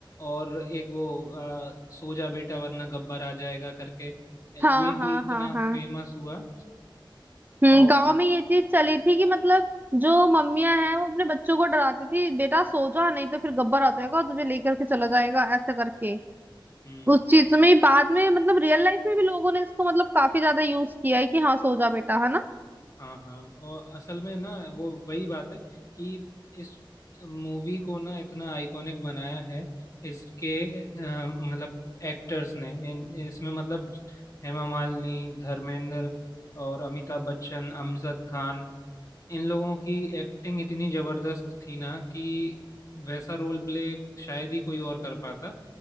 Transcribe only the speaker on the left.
और एक वो आ, सो जा बेटा वरना गब्बर आ जाएगा करके
ये
भी इतना
फेमस हुआ
और
हम्म
हाँ हाँ और असल में ना वो वही बात है कि इस मूवी को ना इतना आइकॉनिक बनाया है इसके अ, मतलब एक्टर्स ने इन इसमें मतलब हेमा मालिनी धर्मेंद्र और अमिताभ बच्चन अमजद खान इन लोगों की एक्टिंग इतनी जबरदस्त थी ना कि वैसा रोल प्ले शायद ही कोई और कर पाता